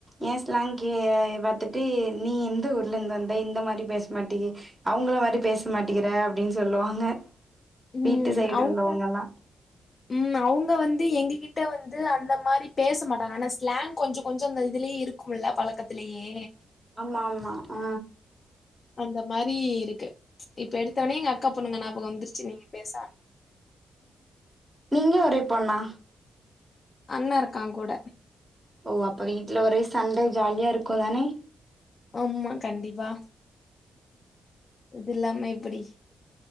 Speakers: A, on the right (about 20°); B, on the left (about 50°).
A: ஏன் ஸ்லாங்கே பாத்துட்டு நீ எந்த ஊர்லேந்து வந்த இந்த மாரி பேச மாட்டேகி அவுங்கள மாரி பேச மாட்டேங்கிற அப்டின்னு சொல்லுவாங்க
B: ம்
A: வீட்டு சைடு
B: அவுங்க
A: உள்ளவங்கல்லா
B: ம் அவுங்க வந்து எங்கக்கிட்ட வந்து அந்த மாரி பேச மாட்டாங்க ஆனா ஸ்லாங் கொஞ்சோ கொஞ்சோ அந்த இதுலயே இரு க்கும்ல பழக்கத்துலயே
A: ஆமா ஆமா ஆ
B: அந்த மாரி இருக்கு இப்ப எடுத்தோன்னே எங்க அக்கா பொண்ணுங்க ஞாபகோ வந்துருச்சு நீங்க பேச ஆரம்
A: நீங்க ஒரே பொண்ணா
B: அண்ணே இருக்கா கூட
A: ஓ அப்போ வீட்ல ஒரே சண்ட ஜாலியா இருக்கு தானே
B: ஆம்மா கண்டிப்பா இது இல்லாம எப்டி